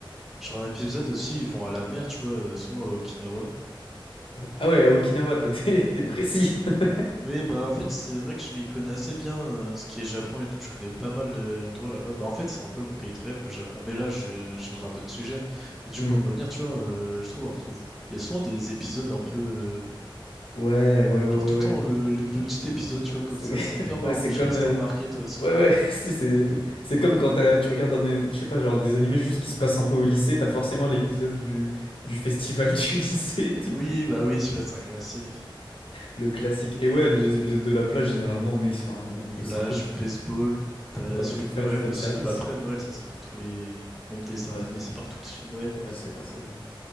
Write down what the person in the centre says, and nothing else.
Genre un épisode aussi, ils vont à la mer, tu vois, euh, souvent à Okinawa.
Oui, bah en fait, c'est vrai que je m'y connais assez bien, euh, ce qui est Japon et tout. Je connais pas mal euh, d'endroits là-bas. Bah en fait, c'est un peu mon pays de rêve, le Japon. Mais là, je change un peu de sujet. Du
coup, pour revenir, tu vois, euh, je trouve on retrouve. Il y a souvent des épisodes un peu, euh,
genre
tout le temps
le, le- le petit épisode, tu vois, comme
ça. C'est
hyper marrant.
Je
sais pas si
t'as remarqué toi aussi.
<laughs>
Oui, bah oui, celui-là c'est un classique.
Plage,
baseball, t'as la
suite
de
Noël
aussi.
Bah après Noël, ça c'est dans tous les, même dessins
animés,
c'est partout le suite de Noël.